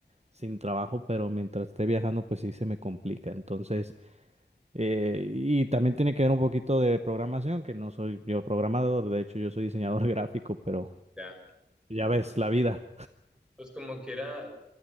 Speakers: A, on the right; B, in the centre.
A: sin trabajo, pero mientras esté viajando, pues sí se me complica. Entonces, eh, y también tiene que ver un poquito de programación, que no soy yo programador, de hecho yo soy diseñador <laughs> gráfico, pero
B: ya.
A: ya ves, la vida.
B: Pues como quiera,